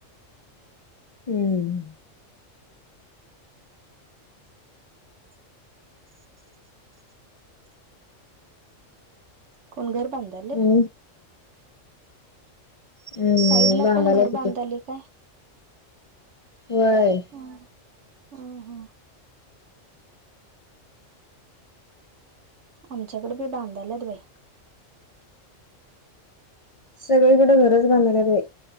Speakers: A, on the left; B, on the right.
A: हम्म
B: कोण घर बनध
A: हम्म हम्म
B: साईड ला
A: बांधायला
B: कोण घर
A: तिथे
B: बांधले काय
A: वय
B: हो हो हो आमच्याकडे बी बांधालत बाई
A: सगळीकडें घरच बांधायच आहे